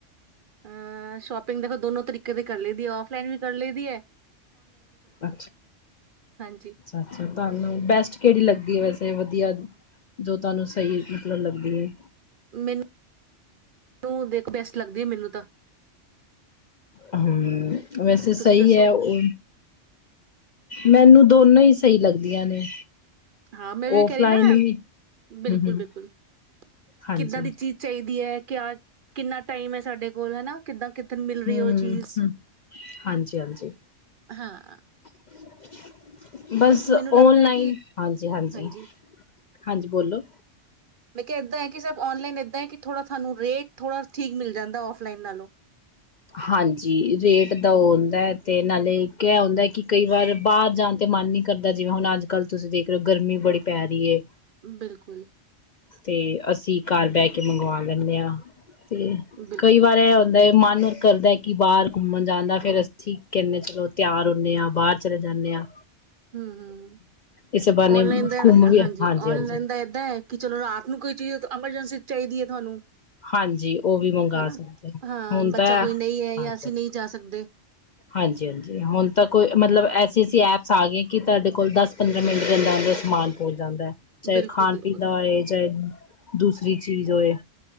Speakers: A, on the right (about 55°); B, on the left (about 55°).
A: ਅ ਸ਼ੋਪਿੰਗ ਦੇਖੋ ਦੋਨੋ ਤਰੀਕੇ ਦੇ ਕਰ ਲਦੀ ਹੈ ਔਫਲਾਈਨ ਵੀ ਕਰ ਲਈਦੀ ਹੈ
B: ੱ
A: ਹਾਂਜੀ,
B: ਅੱ ਤੁਾਨੂੰ ਬੈਸਟ ਕਿਹੜੀ ਲੱਦੀ ਵੈਸੇ ਵਧੀਆ ਜੋ ਤੁਹਾਨੂੰ ਸਹੀ ਮਿਕਲਣ ਲੱਗਦੀ ਹੈ
A: ਮੈਨੂੰੂੰ ਦੇਖ ਬੈਸਟ ਲੱਗਦੀ ਹੈ ਮੈਨੂੰ ਤਾਂ
B: ਹਮ ਵੈਸੇ ਸਹੀ
A: ਤੁਸੀਂ ਦੱਸੋ,
B: ਹੈ ਉਹ ਮੈਨੂੰ ਦੋਨੋ ਹੀ ਸਹੀ ਲੱਗਦੀਆਂ ਨੇ
A: ਹਾਂ ਮੈਂ ਵੀ
B: ਔਫਲਾਈਨ
A: ਕਹਿ ਰਹੀ ਨਾ
B: ਹੀ
A: ਬਿਲਕੁਲ
B: ਹਮ ਹਮ
A: ਬਿਲਕੁਲ
B: ਹਾਂਜੀ
A: ਕਿੱਦਾਂ ਦੀ ਚੀਜ਼ ਚਾਹੀਦੀ ਹੈ ਕਿਆ ਕਿੰਨਾ ਟਾਈਮ ਹੈ ਸਾਡੇ ਬੋਲ ਹੈ ਨਾ ਕਿੱਦਾਂ ਕਿੱਦਣ ਮਿਲ ਰਹੀ
B: ਹੂੰ,
A: ਉਹ ਚੀਜ਼
B: ਹਾਂਜੀ-ਹਾਂਜੀ
A: ਹਾਂ
B: <unintelligible> ਬਸ
A: ਕਿਉਂਕਿ ਮੈਨੂੰ
B: ਓਨਲਾਈਨ
A: ਲੱਗਦਾ ਹੈ ਕਿ
B: ਹਾਂਜੀ-ਹਾਂਜੀ,
A: ਹਾਂਜੀ
B: ਹਾਂਜੀ ਬੋਲੋ
A: ਮੈਂ ਕਿਹਾ ਏਦਾਂ ਹੈ ਕਿ ਸ ਓਨਲਾਈਨ ਕਿ ਥੋੜ੍ਹਾ ਤੁਹਾਨੂੰ ਰੇਟ ਥੋੜ੍ਹਾ ਠੀਕ ਮਿਲ ਜਾਂਦਾ ਆਫ ਲਾਈਨ ਨਾਲ ਲੋਂ
B: ਹਾਂਜੀ ਰੇਟ ਦਾ ਉਹ ਹੁੰਂਦਾ ਤੇ ਨਾਲੇ ਕਹਿ ਹੁੰਂਦਾ ਹੈ ਕਿ ਕਈ ਵਾਰ ਬਾਹਰ ਜਾਣ ਤੇ ਮਨ ਨਹੀਂੀ ਕਰਦਾ ਜਿਵੇਂ ਹੁਣ ਅੱਜ ਕੱਲ ਤੁਸੀਂ ਦੇਖ ਰਹੇ ਹੋ ਗਰਮੀ ਬੜੀ ਪੈ ਰਹੀ ਹੈ
A: ਬਿਲਕੁਲ,
B: ਤੇ ਅਸੀਂ ਘਰ ਬਹਿ ਕੇ ਮੰਗਵਾ ਲੈਂਨੇ ਹਾਂ ਤੇ
A: ਬਿਲਕੁਲ
B: ਕਈ ਵਾਰ ਇਹ ਮਨ ਕਰਦਾ ਹੈ ਕਿ ਬਾਹਰ ਘੁੰਮਣ ਜਾਂਦਾ ਫੇਰ ਅਸੀਂ ਕਹਿੰਨਦੇ ਚਲੋ ਤਿਆਰ ਹੁੰਦੇ ਹਾਂ ਬਾਹਰ ਚਲੇ ਜਾਂਦੇ ਹਾਂ
A: ਹਮ ਹਮ
B: ਇਸੇ ਬਹਾਨੇ
A: ਔਨਲਾਈਨ ਦਾ
B: ਘੁੰਮ ਵੀ
A: ਹਾਂਜੀ
B: ਹਾਂਜੀ-ਹਾਂਜੀ
A: ਔਨਲਾਈਨ ਦਾ ਏਦਾਂ ਹੈ ਕਿ ਚਲੋ ਰਾਤ ਨੂੰ ਕੋਈ ਚੀਜ਼ ਐਮਰਜੈਂਸੀ ਚਾਹੀਦੀ ਹੈ ਤੁਹਾਨੂੰ
B: ਹਾਂਜੀ ਉਹ ਵੀ ਮੰਗਵਾ
A: ਹਨਾ
B: ਸਕਦੇ ਹੋ
A: ਹਾਂ
B: ਹੁਣ
A: ਬੱਚਾ
B: ਤਾਂ
A: ਕੋਈ ਨਹੀਂ ਹੈ
B: ਹਾਂਜੀ
A: ਜਾਂ ਅਸੀਂ ਨਹੀਂ ਜਾ ਸਕਦੇ
B: ਹਾਂਜੀ ਹਾਂਜੀ ਹੁਣ ਤਾਂ ਕੋਈ ਮਤਲਬ ਐਸੀ ਐਸੀ ਐਪ ਸਾ ਗਏ ਕਿ ਤੁਹਾਡੇ ਕੋਲ ਦਸ ਪੰਦਰਾਂ ਮਿੰਟ ਲੰਦਾ ਸਮਾਨ ਪਹੁੰਚ ਜਾਂਦਾ ਚਾਹੇ
A: ਬਿਲਕੁਲ,
B: ਖਾਣ
A: ਬਿਲਕੁਲ,
B: ਪੀਣ ਦਾ ਹੋਏ ਚਾਹੇ ਦੂਸਰੀ ਚੀਜ਼ ਹੋਏ